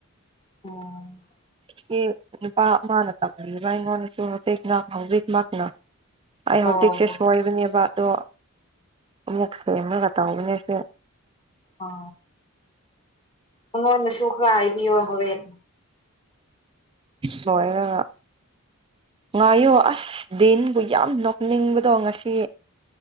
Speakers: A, on the left; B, on the right.
A: ꯑꯣ
B: ꯏꯇꯦ ꯅꯨꯄꯥ ꯑꯃꯥꯅ ꯇꯝꯕꯤꯕ ꯑꯩꯉꯣꯟꯗꯁꯨ ꯍꯧꯖꯤꯛꯅ ꯍꯧꯖꯤꯛꯃꯛꯅ ꯑꯩ ꯍꯧꯖꯤꯛꯁꯦ
A: ꯑꯣ ꯑꯣ
B: ꯁꯣꯏꯕꯅꯦꯕ ꯑꯗꯣ ꯑꯃꯨꯛ ꯁꯦꯝꯔꯒ ꯇꯧꯕꯅꯦꯁꯦ
A: ꯑꯣ ꯑꯩꯉꯣꯟꯗꯁꯨ ꯈꯔ ꯍꯥꯏꯕꯤꯌꯣ ꯍꯣꯔꯦꯟ
B: ꯂꯣꯏꯔꯒ ꯉꯥꯏꯌꯨ ꯑꯁ ꯗꯤꯟꯕꯨ ꯌꯥꯝ ꯅꯣꯛꯅꯤꯡꯕꯗꯣ ꯉꯁꯤ